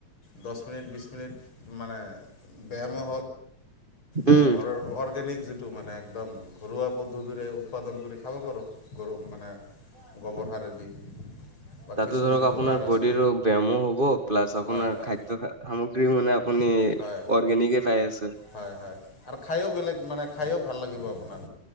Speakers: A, on the left; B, on the right.
A: দহ মিনিট বিছ মিনিট মানে ব্যায়ামো। আমি
B: উম।
A: ঘৰৰ অৰ্গেনিক যিটো মানে এক ঘৰুৱা পদ্ধতিৰে। উৎপাদন কৰি খাব পাৰোঁ গৰু মানে গোবৰ সাৰেদি। বা
B: তাতো
A: কেঁচুৰ
B: ধৰক
A: যিটো
B: আপোনাৰ
A: সাৰ আছে
B: বডিৰ ৰ ব ব্যায়ামো হ'ব প্লাছ আপোনাৰ
A: হয় হয়
B: খাদ্য সামগ্ৰী মানে আনি
A: হয়
B: অৰ্গেনিকেই পাই আছে
A: হয় হয় আৰু খায়ো বেলেগ মানে খায়ো ভাল লাগিব আপোনাক।